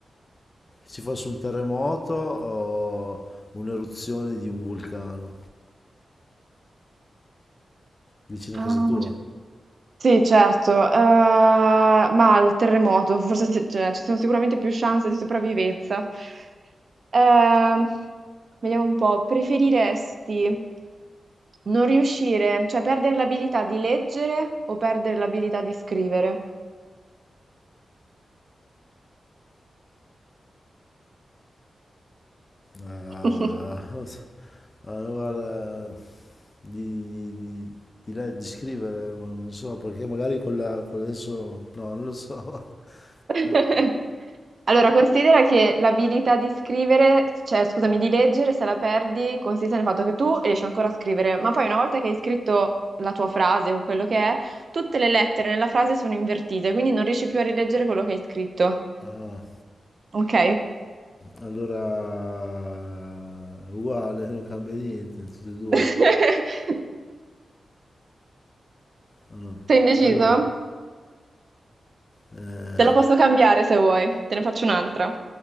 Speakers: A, on the left (about 35°); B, on the right (about 55°).
A: che ci fosse un terremoto o un'eruzione di un vulcano vicino
B: Ah,
A: a casa tua?
B: Sì, certo, eh, ma il terremoto, forse se- cioè, ci sono sicuramente più chance di sopravvivenza. Ehm, vediamo un po', preferiresti non riuscire, cioè perdere l'abilità di leggere o perdere l'abilità di scrivere?
A: Ah,
B: <laughs>
A: ah, guarda, di, di- di- di le- di scrivere, ma non so, perché magari con la, con adesso, no, non lo so.
B: <laughs>
A: Ah,
B: Allora, considera che l'abilità di scrivere, cioè scusami, di leggere, se la perdi, consiste nel fatto che tu riesci ancora a scrivere, ma poi una volta che hai scritto la tua frase o quello che è, tutte le lettere nella frase sono invertite, quindi non riesci più a rileggere quello che hai scritto.
A: ah,
B: Ok?
A: allora, è uguale, non cambia niente, tutte e due.
B: <laughs>
A: Ah, no.
B: Sei indeciso?
A: Allora, eh,
B: Te la posso cambiare se vuoi, te ne faccio un'altra.